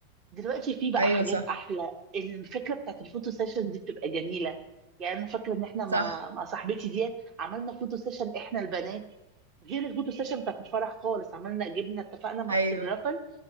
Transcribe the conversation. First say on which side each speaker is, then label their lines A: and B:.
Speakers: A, on the right; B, on the right.
A: دلوقتي في بقى
B: ايوه
A: حاجات
B: صح
A: احلى الفكره بتاعت الفوتو سيشن دي بتبقى جميله يعني انا فاكره ان احنا مع
B: صح
A: مع صاحبتي ديت عملنا فوتو سيشن احنا البنات غير الفوتو سيشن بتاعت الفرح خالص عملنا جبنا اتفقنا مع
B: ايوه
A: فوتوغرافر